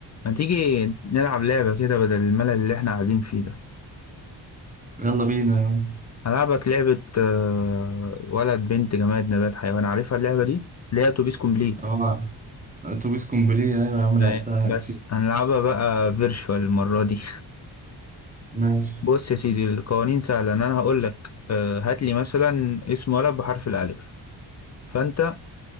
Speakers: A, on the left (about 35°); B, on the right (about 20°).
A: ما تيجي نلعب لعبة كده بدل الملل اللي احنا قاعدين فيه ده
B: يلا بينا يا عم
A: هلعبك لعبة آه، ولد بنت جماد نبات حيوان عارفها اللعبة دي اللي هي اتوبيس كومبليت
B: اه اتوبيس كومبليه ايوه يا عم لعبتها
A: آه، بس
B: كتير
A: هنلعبها بقى فيرشوال المرة دي
B: ماشي
A: <laughs> بص يا سيدي القوانين سهلة إن انا هقول لك آه، هات لي مثلا اسم ولد بحرف الالف فانت